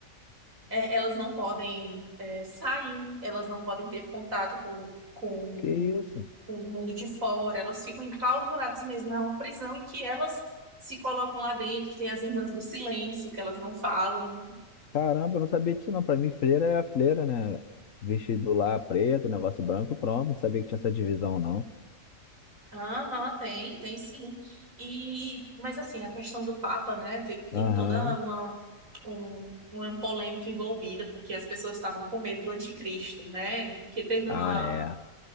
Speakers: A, on the right (about 70°); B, on the left (about 70°).
A: é, elas não podem é, sair, elas não podem ter contato com, com,
B: Que isso?
A: com o mundo de fora, elas ficam enclausuradas mesmo. É uma prisão em que elas se colocam lá dentro. Tem as irmãs do silêncio, que elas não falam.
B: Caramba, eu não sabia disso não. Pra mim, freira é a freira, né? Vestido lá preto, negócio branco e pronto. Não sabia que tinha essa divisão, não.
A: Aham, tem, tem sim. E, mas assim, a questão do Papa, né, tem, tem
B: Aham.
A: toda uma. um- uma polêmica envolvida, porque as pessoas estavam com medo do anticristo, né? Porque teve uma,
B: Ah, é.